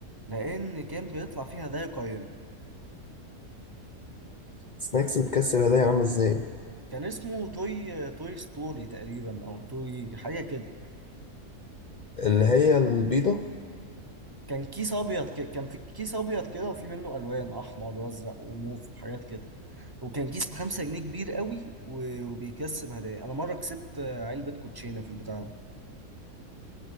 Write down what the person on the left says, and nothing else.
سناكس بتكسب هدايا عامله ازاي
اللي هي البيضه